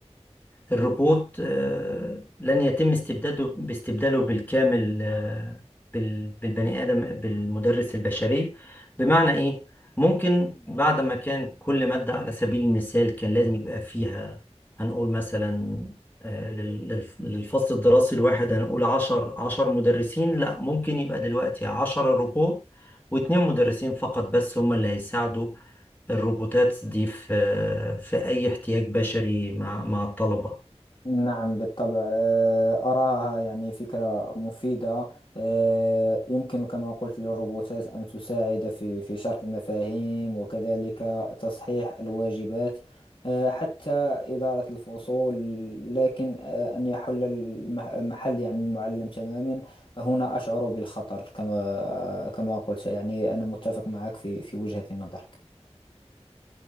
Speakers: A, on the left; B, on the left.
A: الروبوت آه، لن يتم استبداله باستبداله بالكامل آه، بال- بالبني آدم بالمدرس البشري بمعنى إيه؟ ممكن بعد ما كان كل مادة على سبيل المثال كان لازم يبقى فيها هنقول مثلا آه، لل- لل- للفصل الدراسي الواحد هنقول عشر عشر مدرسين لا ممكن يبقى دلوقتي عشرة روبوت واتنين مدرسين فقط بس هما اللي هيساعدوا الروبوتات دي في آه، في أي احتياج بشري مع مع الطلبة
B: نعم بالطبع آه، أراها يعني فكرة مفيدة آه، يمكن كما قلت للروبوتات أن تساعد في في شرح المفاهيم وكذلك تصحيح الواجبات آه، حتى إدارة الفصول لكن آه، أن يحل المح- محل يعني المعلم تماما هنا أشعر بالخطر كما كما قلت يعني أنا متفق معك في في وجهة النظر